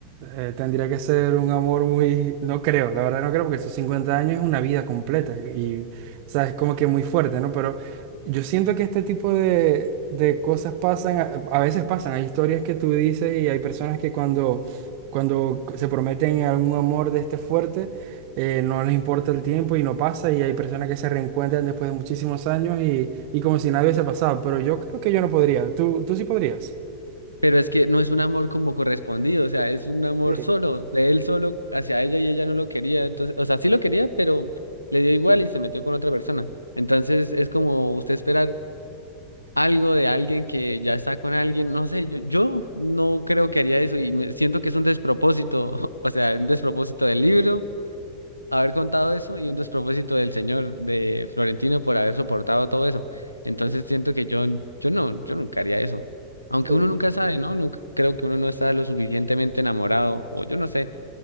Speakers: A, on the right; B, on the left.
A: Eh, tendría que ser un amor muy, no creo, la verdad no creo, porque esos 50 años es una vida completa y, y, o sea, es como que muy fuerte, ¿no? Pero yo siento que este tipo de, de cosas pasan, a, a veces pasan, hay historias que tú dices y hay personas que cuando, cuando se prometen algún amor de este fuerte, eh, no les importa el tiempo y no pasa y hay personas que se reencuentran después de muchísimos años y, y como si nada hubiese pasado, pero yo creo que yo no podría, tú, tú sí podrías,
B: Pero es que no es un amor como correspondido, o sea, es un amor
A: Sí,
B: solo, de él solo hacia ella y ella no lo quería, entonces, o sea, sí lo quería, pero le dio igual y se metió con otra persona. Entonces es como usted esperar. algo de alguien que ya está con alguien, no sé, yo, yo no creo que haría eso y me siento que es un despropósito, <laughs> o sea, un despropósito del libro haber contado eso y un despropósito del señor de Florentino por haber soportado todo eso. Entonces
A: sí,
B: siento que yo, yo no, yo nunca haría eso. Aunque
A: sí.
B: uno nunca sabe, ¿no? Nunca, creo que uno no está lo suficientemente enamorado, o yo no sé.